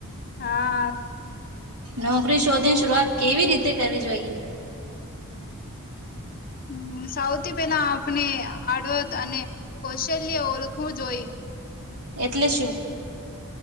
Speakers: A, on the left; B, on the right.
A: હા.
B: નોકરી શોધી શરુઆત કેવી રીતે કરવી જોઈ
A: હમ. સૌથી પેલા આપણે આડવત અને કૌશલ્ય ઓળખવું જોઈ
B: એટલે શું?